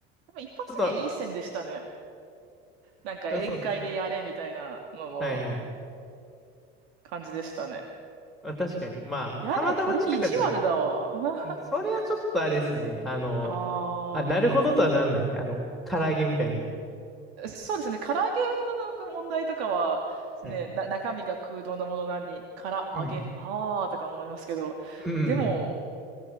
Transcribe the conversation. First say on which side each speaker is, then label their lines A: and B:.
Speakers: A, on the right; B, in the centre.
A: でも一発芸いい線でしたね。
B: ちょっと、
A: なんか宴会でやれみたいなのの
B: そうっす。はいはい。
A: 感じでしたね。
B: あ確かに。まあ、
A: いや、
B: たまたま近かっただけ。
A: でもこれ意地悪だわ。<laughs>
B: うんそれはちょっとあれですね。あの、
A: あ
B: あ、なるほどとはなんないって。あの、唐揚げみたいに。
A: あ、そうですね。唐揚げの問題とかは、
B: はい
A: ね、な、中身が空洞なものなのに、唐揚げ、
B: うん。
A: ああ、とか思いますけど、
B: うん。
A: でも、